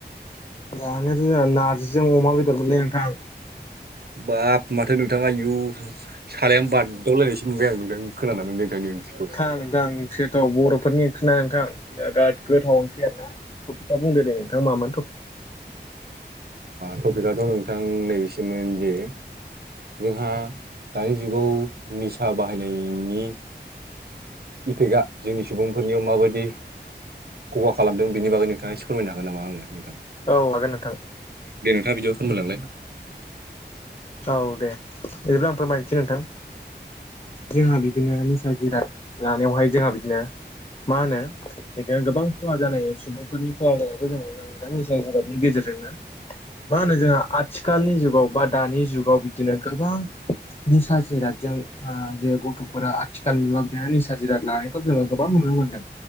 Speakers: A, on the left (about 35°); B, on the right (about 60°).
A: जानो जोङा नारजिजों अमा बेदर मोनलै नोंथां।
B: बाब माथो नोंथाङा इयु सालायानो बार दावलायनायसो मोनबाय आं नोंथां खोनानानै दे नोंथां ओंथिखौ।
A: <unintelligible> गोथाव बर'फोरनि ओंख्रिना नोंथां दराद गोथाव ओंख्रिय आर ना टपिकआ बुंदो दे नोंथाङा मानो टपिक
B: टपिकआथ' नोंथां नैबेसिमोन जे जोंहा दानि जुगाव निसा बाहायनायनि इफेकआ जोंनि सुबुंफोरनियाव माबायदि खहा खालामदों बेनि बागै नोंथाङा एसे फोरमायनो हागोन नामा नोंथाङा आंनो?
A: औ हागोन नोंथां।
B: दे नोंथाङा बिदियाव फोरमायलांलाय।
A: औ दे बिदिब्ला आं फोरमायसै नोंथां। जोंहा बिदिनो निसा जिराद लानायावहाय जोंहा बिदिनो। मा होनो बिदिनो गोबां खहा जानाय सुबुंफोरनि खहा जानायखौ जों नुनो मोनो। निसा जिराबनि गेजेरजोंनो मा होनो जोंहा आथिखालनि जुगाव बा दानि। जुगाव बिदिनो गोबां। निसा जिरादजों जे गथ'फोरा आथिखालनि नुवा बिदि निसा जिराद लानायखौ जोङो गोबां नुनो मोन्दों।